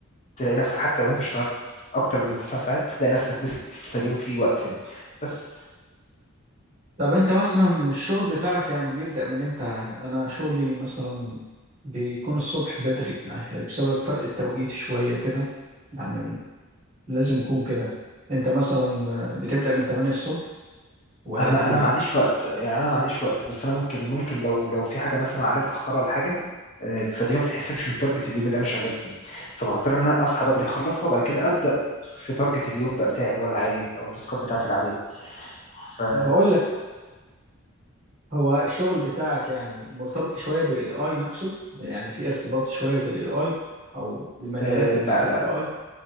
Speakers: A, on the left; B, on the right.
A: تلاقي نفسك حتى لو أنت اشتغلت أكتر من 9 ساعات، تلاقي نفسك لسه اليوم فيه وقت يعني. بس
B: طب انت مثلا الشغل بتاعك يعني بيبدأ من امتى انا شغلي مثلا بيكون الصبح بدري يعني بسبب فرق التوقيت شوية كده يعني لازم يكون كده انت مثلا بتبدأ من 8 الصبح ولا
A: أنا
B: ايه الدنيا
A: أنا ما عنديش وقت، يعني أنا ما عنديش وقت، بس أنا ممكن ممكن لو لو في حاجة مثلًا عليّا متأخرة والّا حاجة، آآ، فدي ما بتتحسبش من target اليوم اللي أنا شغال فيه، فباضطر إن أنا أصحى بدري أخلّصها وبعد كده أبدأ في target اليوم بقى بتاعي اللي هو العادي أو التاسكات بتاعتي العادية. ف
B: بقول لك هو الشغل بتاعك يعني مرتبط شوية بالاي اي نفسه يعني في ارتباط شوية بالاي اي او المجالات
A: آآ،
B: بتاعت
A: لأ،
B: الاي اي